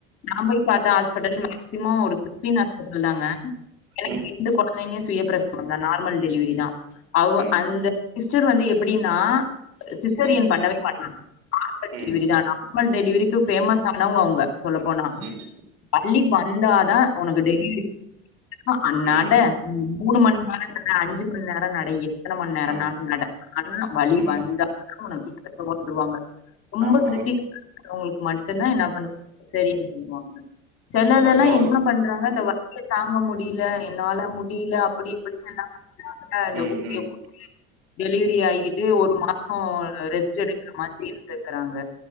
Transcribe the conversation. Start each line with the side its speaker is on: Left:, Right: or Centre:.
Left: நா போய் பாத்த ஹாஸ்பிட்டல் மேக்சிமம் ஒரு ஹாஸ்பல் தாங்க எனக்கு
Right: ம்
Left: ரெண்டு கொழந்தையுமே சுயப்பிரசவந்தா நார்மல் டெலிவரி தா அவ
Right: ம்
Left: அந்த சிஸ்டர் வந்து எப்படின்னா சிஸ்டர்
Right: ம்
Left: என் பண்ணவே பண்ணல நார்மல்
Right: ம்
Left: டெலிவரி தானா மல் டெலிவரிக்கு ஃபேமஸ் ஆனவங்க அவங்க சொல்ல போனா
Right: ம்
Left: வலி வந்தாதா ஒனக்கு டெலிவரி அன்னாடம்
Right: ம்
Left: மூணுமண்நேர அஞ்சு மண்நேர நடைய எத்தனை மண் நேரம்னாலு
Right: ஆ
Left: நடா வழி
Right: ஆமா
Left: வந்த உனக்கு பிரசவம்ன்ருவாங்க ரொம்ப
Right: ஆமா
Left: கிரிட்டிக்கலவங்களுக்கு மட்டுந்தா என்ன பண்ணுவா சீசரியன் பண்ணுவாங்க சிலதெல்லா
Right: ஆமா கவர்
Left: என்ன பண்றாங்க இந்த வலிய தாங்க முடியல என்னால முடியல அப்டி இப்டி சொல்லா ஆ இந்த
Right: ம்
Left: ஊத்திய
Right: ம்
Left: போ டெலிவரி ஆககிட்டு ஒரு மாச ரெஸ்ட் எடுக்கற மாதிரி இருத்துக்கறாங்க